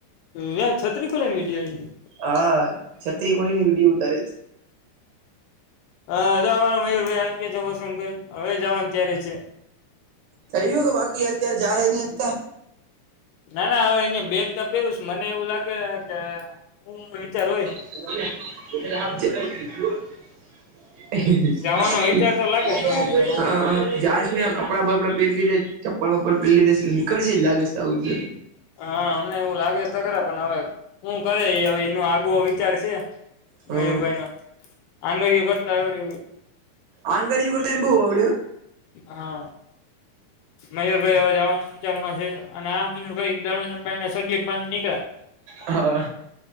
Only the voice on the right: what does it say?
હા છત્રી કોોળ ની વિડીયો ઉતારે
થઈ ગયું કે બાકી અત્યારે જાહે ને અત્યા
<unintelligible> <unintelligible>
જાશ ને કપડા બપડા પેરી લીધે ચપલપલ પહેરી લીધા છે, નીકળશે જ લાગે છે, <unintelligible>
હમ
આંગળીયુ કરતા બહુ આવડે હો.
હા